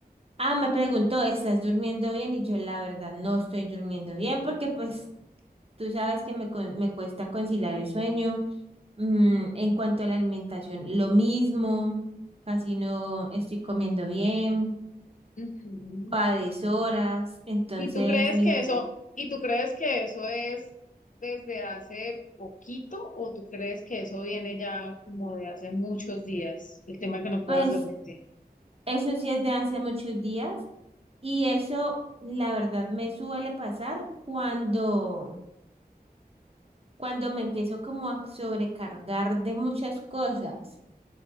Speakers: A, on the right; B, on the left.
A: Ah, me preguntó, ¿estás durmiendo bien? Y yo, la verdad, no estoy durmiendo bien porque pues tú sabes que me, con- me cuesta conciliar el sueño. Mm, en cuanto a la alimentación, lo mismo, casi no estoy comiendo bien,
B: Ujú.
A: a deshoras. Entonces,
B: ¿Y tú crees
A: mijo,
B: que eso,
A: sí,
B: y tú crees que eso es desde hace poquito o tú crees que eso viene ya como de hace muchos días, el tema que no puedas
A: pues
B: dormirte?
A: eso sí es de hace muchos días y eso, la verdad, me suele pasar cuando... cuando me empiezo como a sobrecargar de muchas cosas.